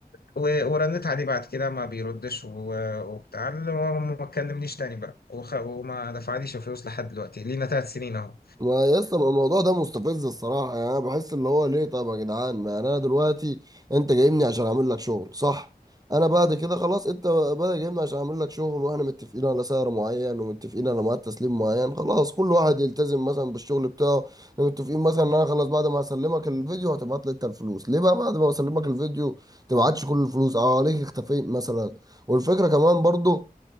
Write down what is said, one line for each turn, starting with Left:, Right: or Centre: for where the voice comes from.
Left: و- ورنت عليه بعد كده ما بيردش و- وبتاع وما ما كلمنيش تاني بقى وخ- وما دفعليش فلوس لحد دلوقتي لينا ثلاث سنين اهو
Right: ما يا اسطى الموضوع ده مستفز الصراحة يعني أنا بحس اللي هو ليه طب يا جدعان ما يعني أنا دلوقتي أنت جايبني عشان أعمل لك شغل صح أنا بعد كده خلاص أنت بقى جايبني عشان أعمل لك شغل وإحنا متفقين على سعر معين ومتفقين على ميعاد تسليم معين خلاص كل واحد يلتزم مثلا بالشغل بتاعه إحنا متفقين مثلا إن أنا خلاص بعد ما هسلمك الفيديو هتبعت لي أنت الفلوس ليه بقى بعد ما أسلمك الفيديو تبعتش كل الفلوس أه ليه اختفيت مثلا والفكرة كمان برضو